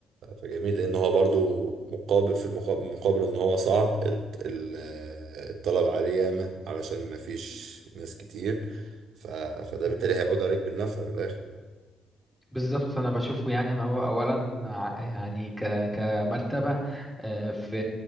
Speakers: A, on the right; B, in the centre.
A: فجميل لأن هو برضو مقابل في المقابل مقابل إن هو صعب ال- ال- آه، الطلب عليه ياما علشان مفيش ناس كتير ف... فده
B: مهم.
A: بالتالي هيعود عليك بالنفع في الآخر
B: بالظبط انا بشوفه يعني ان هو اولا ع- يعني ك كمرتبه آه، في